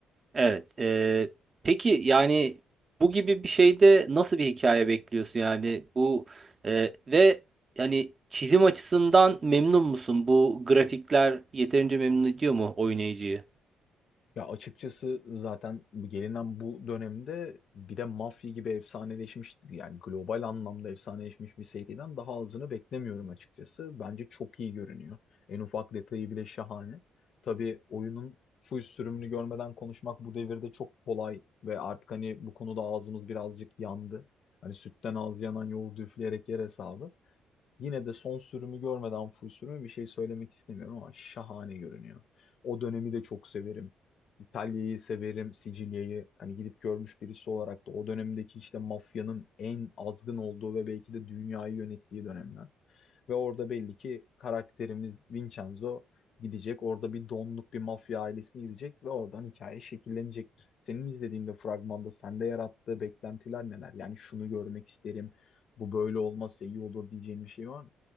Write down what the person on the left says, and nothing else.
Ya açıkçası zaten bu gelinen bu dönemde bir de Mafya gibi efsaneleşmiş yani global anlamda efsaneleşmiş bir seriden daha azını beklemiyorum açıkçası. Bence çok iyi görünüyor. En ufak detayı bile şahane. Tabii oyunun full sürümünü görmeden konuşmak bu devirde çok kolay ve artık hani bu konuda ağzımız birazcık yandı. Hani sütten ağız yanan yoğurdu üfleyerek yer hesabı. Yine de son sürümü görmeden full sürümü bir şey söylemek istemiyorum ama şahane görünüyor. O dönemi de çok severim. İtalya'yı severim, Sicilya'yı hani gidip görmüş birisi olarak da o dönemdeki işte mafyanın en azgın olduğu ve belki de dünyayı yönettiği dönemler. Ve orada belli ki karakterimiz Vincenzo gidecek. Orada bir donluk bir mafya ailesine girecek ve oradan hikaye şekillenecektir. Senin izlediğinde fragmanda sende yarattığı beklentiler neler? Yani şunu görmek isterim, bu böyle olmazsa iyi olur diyeceğin bir şey var mı?